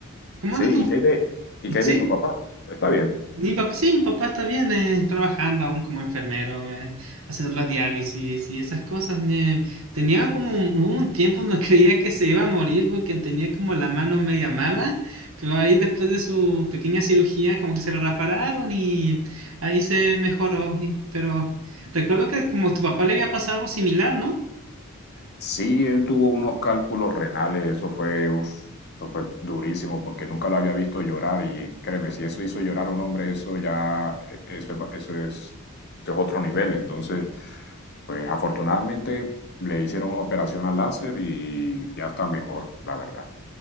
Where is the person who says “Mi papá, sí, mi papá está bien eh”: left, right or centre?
Right